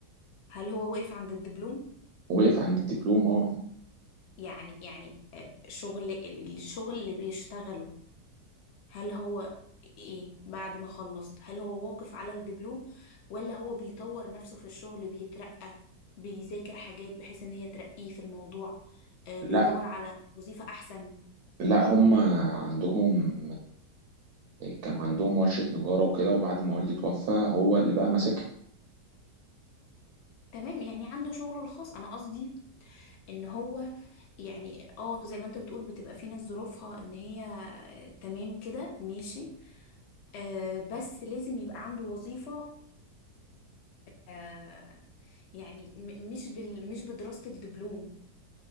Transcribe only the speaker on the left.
هل هو وقف عند الدبلوم
يعني يعني آه، شغل الشغل اللي بيشتغله هل هو ايه بعد ما خلص هل هو واقف على الدبلوم ولا هو بيطور نفسه في الشغل بيترقى بيذاكر حاجات بحيث ان هي ترقيه في الموضوع آه
بيدور على وظيفة احسن
تمام يعني عنده شغله الخاص انا قصدي ان هو يعني اه زي ما انت بتقول بتبقى في ناس ظروفها ان هي آه، تمام كده ماشي آه بس لازم يبقى عنده وظيفة آه يعني م- مش بال مش بدراسة الدبلوم